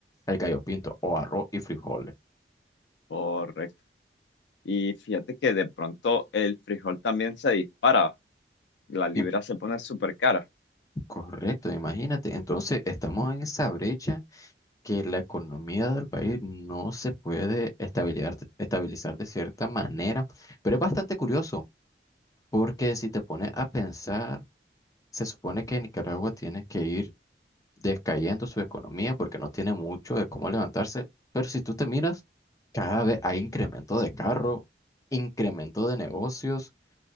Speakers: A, on the left; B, on the left.
A: el gallo pinto o arroz y frijoles.
B: correcto. Y fíjate que de pronto el frijol también se dispara, la libra
A: Y-
B: se pone súper cara.
A: Correcto, imagínate. Entonces estamos en esa brecha que la economía del país no se puede estabilizar, estabilizar de cierta manera, pero es bastante curioso porque si te pones a pensar Se supone que Nicaragua tiene que ir descayendo su economía porque no tiene mucho de cómo levantarse, pero si tú te miras, cada vez hay incremento de carro, incremento de negocios,